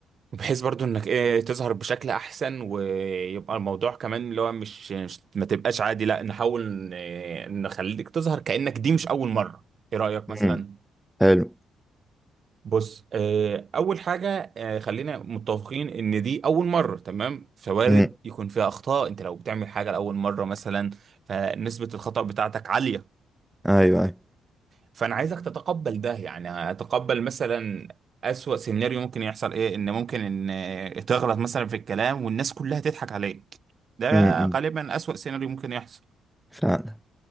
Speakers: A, on the right (about 50°); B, in the centre.
A: بحيث برضو انك ايه تظهر بشكل احسن ويبقى الموضوع كمان اللي هو مش مش- ما تبقاش عادي لا نحاول آه، نخليك تظهر كأنك دي مش اول مرة ايه رأيك
B: م-
A: مثلا
B: حلو
A: بص آه، اول حاجه آه، خلينا متفقين ان دي اول مره تمام فوارد
B: م-
A: يكون فيها اخطاء انت لو بتعمل حاجه لاول مره مثلا فنسبه الخطا بتاعتك عاليه
B: ايوه ايوه
A: فانا عايزك تتقبل ده يعني اتقبل مثلا اسوأ سيناريو ممكن يحصل ايه ان ممكن ان آه، تغلط مثلا في الكلام والناس كلها تضحك عليك ده
B: م- م-
A: غالبا اسوأ سيناريو ممكن يحصل
B: فعلا